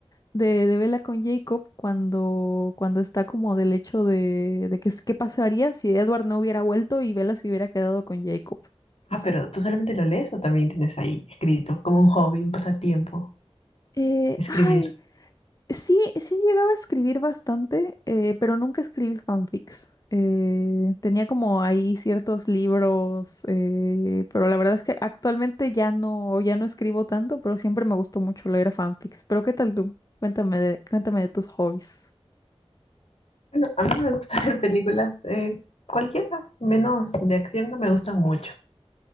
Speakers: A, on the left (about 35°); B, on the left (about 70°).
A: de, de Bella con Jacob cuando, cuando está como del hecho de, de que es- qué pasaría si Edward no hubiera vuelto y Bella se hubiera quedado con Jacob,
B: Ah,
A: no sé.
B: pero ¿tú solamente lo lees o también tienes ahí escrito? Como un hobby, un pasatiempo,
A: Eh,
B: escribir.
A: ay. Sí, sí llegaba a escribir bastante, eh, pero nunca escribí fanfics. Eh, tenía como ahí ciertos libros, eh, pero la verdad es que actualmente ya no, ya no escribo tanto, pero siempre me gustó mucho leer fanfics. Pero ¿qué tal tú? Cuéntame de, cuéntame de tus hobbies.
B: Bueno, a mí me gusta <laughs> ver películas, eh, cualquiera, menos de acción, no me gustan mucho.